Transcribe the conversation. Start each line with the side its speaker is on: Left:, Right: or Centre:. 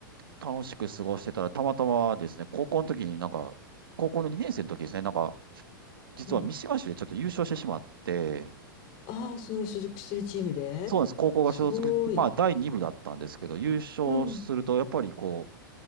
Right: 楽しく過ごしてたら、たまたまですね、高校の時になんか、高校の2年生の時ですね、なんか、実はミシガン州でちょっと優勝してしまって、
Left: うん。ああ、その所属してるチームですごい。
Right: そうなんです。高校が所属、まあ、第2部だったんですけど、優勝すると、
Left: うん。
Right: やっぱりこ